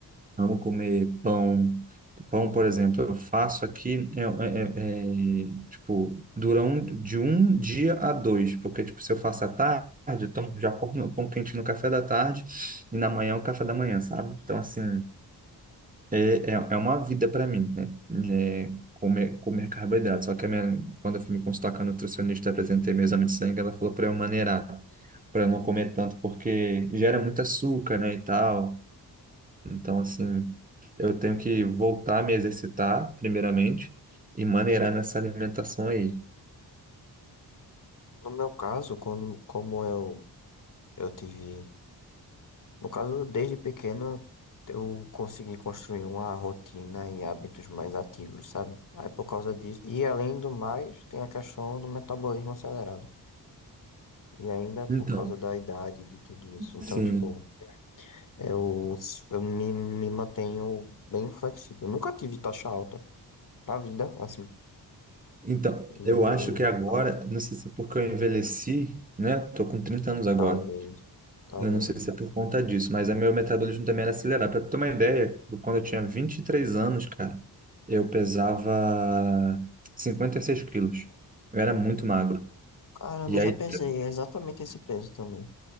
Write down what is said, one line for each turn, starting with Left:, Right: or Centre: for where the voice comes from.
Right: amo comer pão. Pão, por exemplo, eu faço aqui, é, é- é- é, tipo, dura um, de um dia a dois, porque, tipo, se eu faço à tarde, eu tomo, já como meu pão quente no café da tarde e na manhã é o café da manhã, sabe? Então, assim. É, é, é uma vida para mim, né? É, comer, comer carboidrato. Só que a minha, quando eu fui me consultar com a nutricionista, apresentei meu exame de sangue, ela falou para eu maneirar, para não comer tanto, porque gera muito açúcar, né, e tal. Então, assim, eu tenho que voltar a me exercitar, primeiramente, e maneirar nessa alimentação aí.
Left: No meu caso, quando, como eu, eu tive. No caso, desde pequeno eu consegui construir uma rotina e hábitos mais ativos, sabe? Aí por causa disso, e além do mais, tem a questão do metabolismo acelerado. E ainda por
Right: Então,
Left: causa da idade e de tudo isso. Então,
Right: sim.
Left: tipo, eu, eu me, me mantenho bem flexível. Eu nunca tive taxa alta na vida, assim.
Right: Então,
Left: E
Right: eu acho que agora, não sei se é porque eu envelheci, né? Tô com 30 anos agora.
Left: talvez, talvez.
Right: Eu não sei se é por conta disso, mas o meu metabolismo também era acelerado. Para ter uma ideia, quando eu tinha 23 anos, cara, eu pesava 56 quilos. Eu era muito magro.
Left: Caramba,
Right: E
Left: eu
Right: aí,
Left: já pesei exatamente esse peso também.